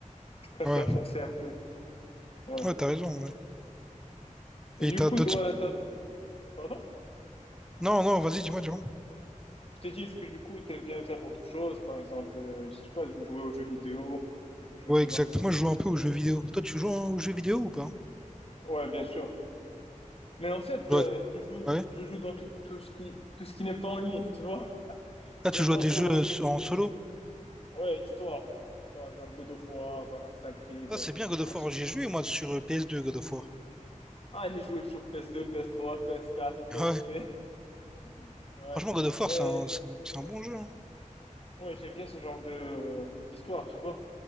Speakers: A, on the left; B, in the centre.
A: je préfère
B: Ouais,
A: forcer un peu. Ouais.
B: ouais, t'as raison. Ouais.
A: Et
B: Et
A: du
B: t'as
A: coup,
B: d'autres.
A: toi, t'as- pardon?
B: Non, non, vas-y, dis-moi, dis-moi.
A: Je t'ai dit, est-ce que du coup, t'aimes bien faire autre chose? Par exemple, euh, je sais pas, jouer aux jeux vidéo, quelque chose
B: Ouais,
A: du
B: exact.
A: genre.
B: Moi, je joue un peu aux jeux vidéo. Toi, tu joues hein, aux jeux vidéo ou pas?
A: Ouais, bien sûr. Mais en fait,
B: Tu joues
A: euh,
B: à-
A: je joue,
B: Ouais.
A: je joue dans tout, tout ce qui, tout ce qui n'est pas en ligne, <laughs> tu vois.
B: Ah,
A: J'aime
B: tu joues
A: pas
B: à des
A: trop
B: jeux
A: l'en
B: euh,
A: ligne.
B: en solo
A: Ouais, histoire. Par exemple, God of War, Assassin's Creed.
B: Ah, c'est bien God of
A: un ch-
B: War. J'ai joué moi sur euh, PS2 God of War.
A: Ah, j'ai joué sur PS2, PS3, PS4, p S
B: Ouais.
A: trois, P S quatre, P S P. <laughs> Ouais.
B: Franchement, God of War,
A: Et,
B: c'est un, c'est un, c'est un bon jeu. hein.
A: ouais, j'aime bien ce genre de d'histoire, tu vois.